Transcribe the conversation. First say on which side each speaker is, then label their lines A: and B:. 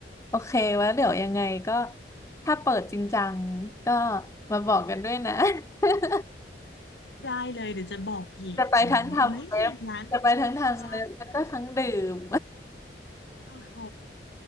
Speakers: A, on the left (about 15°); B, on the left (about 80°).
A: โอเคไว่าเดี๋ยวยังไงก็ถ้าเปิดจริงจังก็มาบอกกันด้วยนะ <laughs>
B: ได้เลยเดี๋ยวจะบอกหญิงนะว่าเอ้ยหญิงร้าน
A: จะไปทั้งทำเล็บจะไปทั้งทำเล็บแล้วก็ทั้งดื่ม
B: ใช่โอ้โห